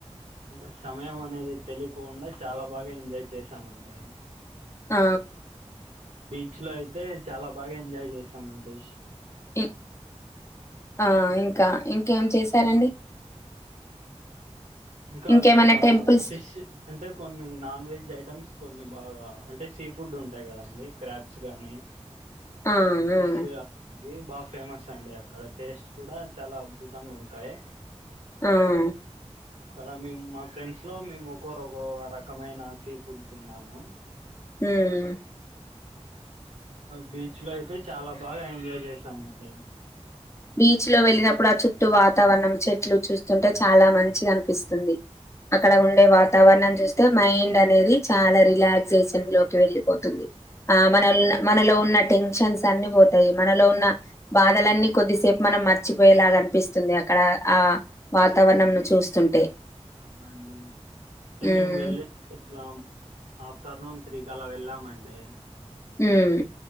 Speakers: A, on the right; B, on the left.
A: అంటే సమయం అనేది తెలియకుండా చాలా బాగా ఎంజాయ్ చేసామండి
B: ఆ
A: బీచ్లో అయితే చాలా బాగా ఎంజాయ్ చేశామండి
B: ఇ ఆ ఇంకా ఇంకేం చేశారండి
A: ఇంకా
B: ఇంకేమైనా
A: అక్కడ
B: టెంపుల్స్
A: ఫిష్ అంటే కొన్ని నాన్ వెజ్ ఐటమ్స్ కొన్ని బాగా అంటే సీ ఫుడ్ ఉంటాయి కదాండి క్రాబ్స్ గానీ
B: ఆ
A: ఫిష్
B: ఆ
A: అది బా ఫేమస్ అండి అక్కడ టేస్ట్ కూడా చాలా అద్భుతంగా ఉంటాయ్
B: లేరన్
A: అక్కడ మేము మా ఫ్రెండ్స్ లో మేము ఒకరు ఒక రకమైన సీ ఫుడ్ తిన్నాము
B: హుమ్
A: బీచ్ లో అయితే చాలా బాగా ఎంజాయ్ చేశాం అండి
B: బీచ్ లో వెళ్ళినప్పుడు ఆ చుట్టూ వాతావరణం చెట్లు చూస్తుంటే చాలా మంచిగా అనిపిస్తుంది అక్కడ
A: అవునండి
B: ఉండే వాతావరణం చూస్ మైండ్ అనేది చాలా రిలాక్సేషన్ లోకి వెళ్ళిపోతుంది ఆ మన మనలో ఉన్ టెన్షన్స్ అన్ని పోతాయి మనలో ఉన్న బాధలనీ కొద్దిసేపు మనం మర్చిపోయేలాగా అనిపిస్తుంది అక్కడ ఆ వాతావరణంను చూస్తుంటే
A: అవునండి
B: ఉమ్
A: మేము వెలే ఇట్లాం ఆఫ్టర్నూన్ త్రీ కళ వెళ్ళామండి
B: ఉమ్